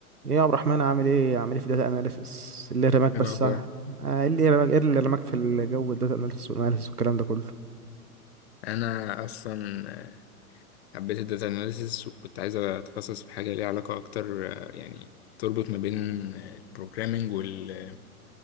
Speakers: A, on the right (about 80°); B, on the left (about 45°).
A: ايه يا عبد الرحمن عامل ايه عامل ايه في الداتا اناليسيس اللي رماك
B: إيه
A: بس
B: الأخبار
A: آه، ايه اللي رماك ايه اللي رماك في الجو الداتا اناليسيس والاناليسيس والكلام ده كله
B: أنا أصلا آه، حبيت الداتا أناليسيس وكنت عايز أتخصص في حاجة ليها علاقة أكتر آه، يعني تربط ما بين آه، البروجرامينج وال